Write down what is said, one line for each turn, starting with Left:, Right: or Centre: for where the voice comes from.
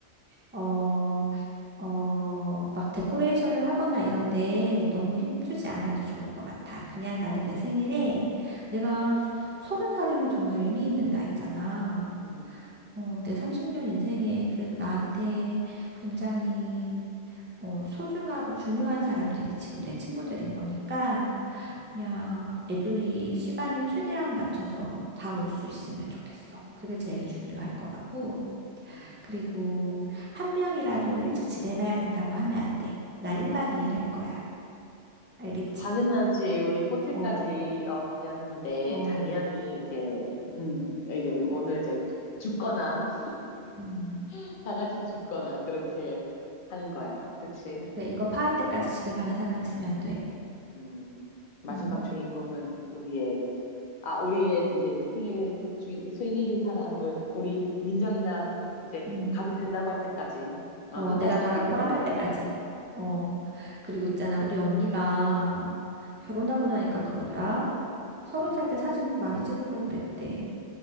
Right: 어, 어, 막 데코레이션을 하거나 이런데 너무 힘주지 않아도 좋을 것 같아. 그냥 나는
Left: 어.
Right: 내 생일에 내가 서른 살이면 정말 의미 있는 나이잖아.
Left: 음.
Right: 어, 내 30년 인생에 그래도 나한테 굉장히 어, 소중하고 중요한 사람들이 지금 내 친구들인 거니까
Left: 음.
Right: 그냥 애들이 시간을 최대한 맞춰서 다 올 수 있으면 좋겠어. 그게 제일
Left: 어,
Right: 중요할 것 같고.
Left: 음.
Right: 그리고 한 명이라도 일찍 집에 가야 된다고 하면 안 돼. 나 1박 2일 할 거야. 알겠지?
Left: 당연하지. 우리 호텔까지
Right: 어,
Left: 어, 빌렸는데
Right: 어,
Left: 당연히 이제 음 이제 오늘 이제 죽거나
Right: 음.
Left: <laughs> 다 같이 죽거나 그렇게 하는 거야. 그치?
Right: 그래, 이거 파할 때까지 집에 가는 사람 있으면 안 돼.
Left: 음 마지막
Right: 음,
Left: 주인공은 우리의 아 우리의 이제 생일 주 생일인 사람을 우리 민정이가 이제
Right: 음.
Left: 가도 된다고 할 때까지 어,
Right: 어,
Left: 끝까지
Right: 내가
Left: 달리는
Right: 가라고 허락할
Left: 걸로 하자.
Right: 때까지. 어. 그리고 있잖아, 우리 언니가 결혼하고 나니까 그러더라. 서른
Left: 음,
Right: 살 때 사진 많이 찍을 걸 그랬대.